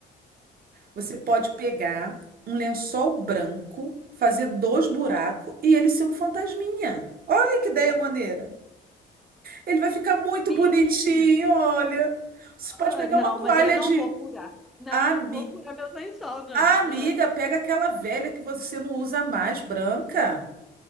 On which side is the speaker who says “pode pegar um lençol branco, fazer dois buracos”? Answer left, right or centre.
Right